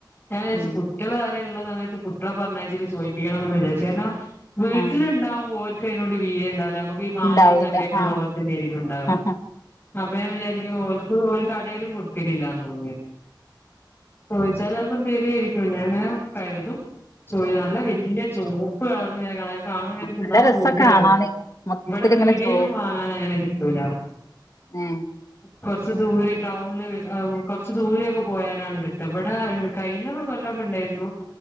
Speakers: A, on the left; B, on the left.
A: ഞാൻ <unintelligible>
B: ഉം
A: കുട്ടികൾ കാര്ള്ള സമയത്ത് കുട്ടികള പറഞ്ഞാച്ചരിൽ ചോദപ്പിക്കണംമെന്ന്ക്ക വിചാരിചു കാരണം വീട്ടിലുണ്ടാവുമ്പോ
B: ആ
A: <unintelligible> അതിനോട് വീരണ്ടാവില്ല <unintelligible> ഈ മാങ്ങ
B: ഉണ്ടാവൂല
A: ചക്കൊക്കെ ഉള്ള
B: ആ
A: പോലെ തന്നെ ആരിക്കും ഉണ്ടാവുക
B: ആ
A: അപ്പൻ ഞാൻ വിചാരിക്കും ഓല്ക്ക് <unintelligible> ലും കൊടുക്കലില്ലന്ന് തോന്നിയൊ <unintelligible> ശരിയായിരിക്കും ഞാൻ അങ്ങനെ കരുതും ചോയ് നല്ല വല്യ ചോ <unintelligible> കാണുമ്പോ ഇങ്ങനെ തിന്താൻ
B: നല്ല രസാ
A: പൂതിയ
B: കാണാന്
A: ഉം
B: മൊത്തത്തില്
A: ഇവിടെ പീടിയലും
B: ഇങ്ങനെ ചോ
A: വാങ്ങൻ അങ്ങനെ കിട്ടൂല
B: ഏ
A: കുറച്ച് ദൂരെ ടൗണില് കുറച്ച് ദൂരെക്കെ പോയാലാണ് കിട്ട് ഇവിടെ കയ്ഞാ കൊല്ലൊക്കെ ഉണ്ടായിന്നു